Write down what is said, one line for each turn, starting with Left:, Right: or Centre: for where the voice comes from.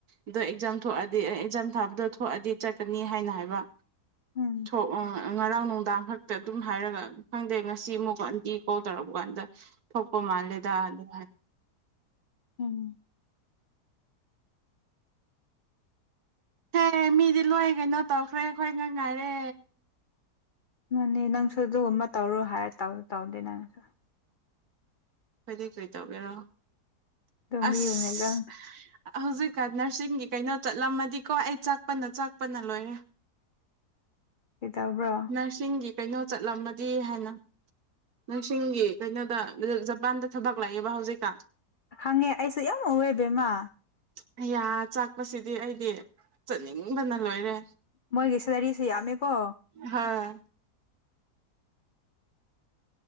Right: ꯑꯗꯣ ꯑꯦꯛꯖꯥꯝ ꯊꯣꯛꯑꯗꯤ ꯑꯦꯛꯖꯥꯝ ꯊꯥꯕꯗꯣ ꯊꯣꯛꯑꯗꯤ ꯆꯠꯀꯅꯤ ꯍꯥꯏꯅ ꯍꯥꯏꯕ
Left: ꯎꯝ
Right: ꯊꯣꯛ ꯉꯔꯥꯡ ꯅꯨꯡꯗꯥꯡ ꯈꯛꯇ ꯑꯗꯨꯝ ꯍꯥꯏꯔꯒ ꯈꯪꯗꯦ ꯉꯁꯤ ꯑꯃꯨꯛꯀꯗꯤ ꯊꯣꯛ ꯇꯧꯔꯛꯄ ꯀꯥꯟꯗ ꯊꯣꯛꯄ ꯃꯥꯂꯦꯗ ꯑꯗꯨ ꯍꯥꯏꯅ
Left: ꯎꯝ
Right: ꯍꯦ ꯃꯤꯗꯤ ꯂꯣꯏ ꯀꯩꯅꯣ ꯇꯧꯈ꯭ꯔꯦ ꯑꯩꯈꯣꯏ ꯉ ꯉꯥꯏꯔꯦ
Left: ꯃꯥꯅꯦ ꯅꯪꯁꯨ ꯑꯗꯨꯒꯨꯝꯕ ꯇꯧꯔꯣ ꯍꯥꯏꯔ ꯇꯧ ꯇꯧꯗꯦ ꯅꯪꯁꯨ
Right: ꯀꯗꯩ ꯀꯔꯤ ꯇꯧꯒꯦꯔꯣ
Left: ꯑꯗꯨ
Right: ꯑꯁ
Left: ꯃꯤꯒꯨꯝꯅ ꯑꯦꯛꯖꯥꯝ
Right: ꯍꯧꯖꯤꯛꯀ ꯅꯔꯁꯤꯡꯒꯤ ꯀꯩꯅꯣ ꯆꯠꯂꯝꯃꯗꯤꯀꯣ ꯑꯩ ꯆꯥꯛꯄꯅ ꯆꯥꯛꯄꯅ ꯂꯣꯏꯔꯦ <unintelligible>
Left: ꯀꯩꯇꯕ꯭ꯔꯥ
Right: ꯅꯔꯁꯤꯡꯒꯤ ꯀꯩꯅꯣ ꯆꯠꯂꯝꯃꯗꯤ ꯍꯥꯏꯅ ꯅꯪꯁꯤꯡꯒꯤ ꯀꯩꯅꯣꯗ ꯖꯄꯥꯟꯗ ꯊꯕꯛ ꯂꯥꯛꯑꯦꯕ ꯍꯧꯖꯤꯛꯀ
Left: ꯈꯪꯉꯦ ꯑꯩꯁꯨ ꯌꯥꯝ ꯑꯣꯏꯕꯦꯝꯃ
Right: ꯍꯌꯥ ꯆꯥꯛꯄꯁꯤꯗꯤ ꯑꯩꯗꯤ ꯆꯠꯅꯤꯡꯕꯅ ꯂꯣꯏꯔꯦ
Left: ꯃꯣꯏ ꯦꯁꯥꯔꯤꯁꯤ ꯑꯃ ꯀꯣ
Right: ꯍꯥꯥ